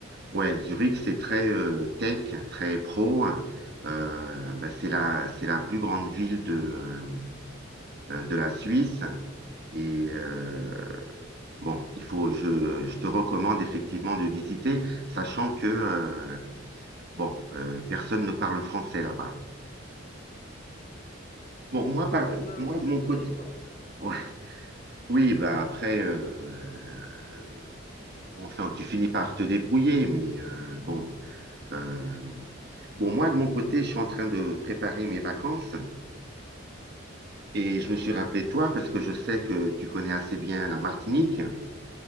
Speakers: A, on the right (about 55°); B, on the left (about 40°).
A: Ouais, Zurich, c'est très euh, tech, très pro. hein. Euh, bah, c'est la, c'est la plus grande ville de, euh, de la Suisse. Et euh, bon, il faut, je, je te recommande effectivement de visiter, sachant que, euh, bon, euh, personne ne parle français là-bas. Bon,
B: D'accord,
A: moi, par-
B: bon ben
A: moi,
B: je
A: de mon côté,
B: ferai l'effort.
A: ouais. oui, bah après, euh, euh, enfin, tu finis par te débrouiller, mais euh, bon, euh, bon, moi, de mon côté, je suis en train de préparer mes vacances et je me suis rappelé de toi parce que je sais que tu connais assez bien la Martinique.